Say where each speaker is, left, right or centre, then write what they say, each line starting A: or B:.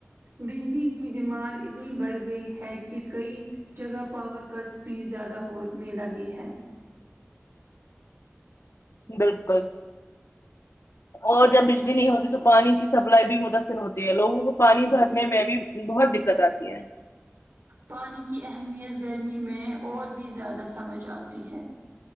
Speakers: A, on the right; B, on the left.
A: بجلی کی ڈیمانڈ اتنی بڑھ گئی ہے کہ کئی جگہ پاور کٹس بھی زیادہ ہونے لگے ہے
B: بالکل
A: <inaudible>
B: اور جب بجلی نہیں ہوتی تو پانی کی سپلائی بھی متاثر ہوتی ہے لوگوں کو پانی بھرنے میں بھی بہت دککت آتی ہے
A: پانی کی اہمیت گرمی میں اور بھی زیادہ سمجھ آتی ہے